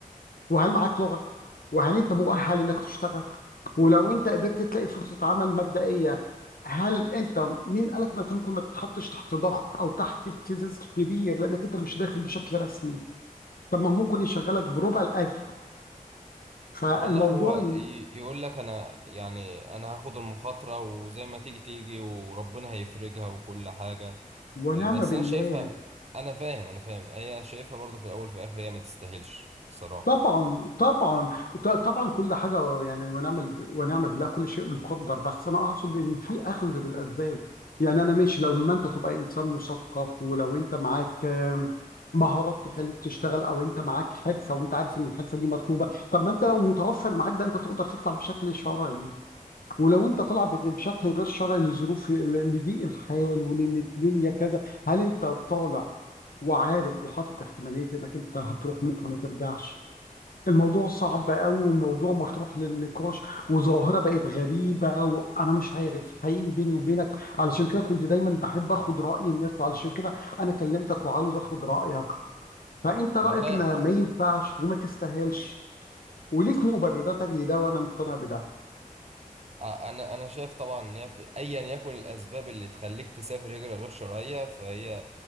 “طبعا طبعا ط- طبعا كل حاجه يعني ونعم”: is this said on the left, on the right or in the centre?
Left